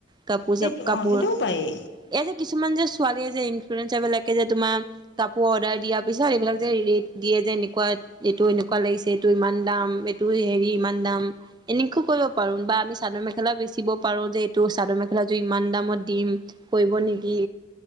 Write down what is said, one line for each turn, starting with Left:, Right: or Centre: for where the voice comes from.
Right: কাপোৰ
Left: সেইটো
Right: চাপ কাপোৰ
Left: অঁ সেইটোও পাৰি
Right: এই যে কিছুমান যে ছোৱালীয়ে যে ইনফুলেঞ্চাৰ বিলাকে যে তোমাৰ কাপোৰ অৰ্ডাৰ দিয়াৰ পিছত এইবিলাক যে ৰেট দিয়ে যে এনেকুৱা এইটো এনেকুৱা লাগিছে এইটো ইমান দাম এইটো হেৰি ইমান দাম। এনেকুৱও কৰিব পাৰো বা আমি চাদৰ মেখেলা ও বেচিব পাৰো যে এইটো চাদৰ মেখে যোৰ ইমান দামত দিম কৰিব নেকি?